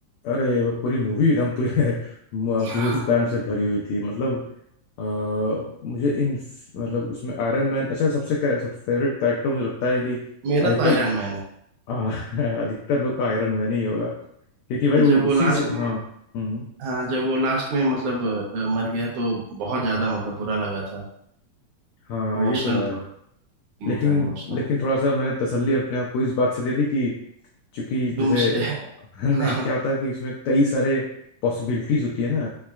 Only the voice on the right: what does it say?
<laughs>
मेरा
तो आयरन मैन है
जब
वो लास्ट
में
हाँ जब वो लास्ट में मतलब अ, मर गया तो बहुत ज्यादा मतलब बुरा लगा था
इमोशनल
थोड़ा सीन
था इमोशनल
डूम्सडे है
हाँ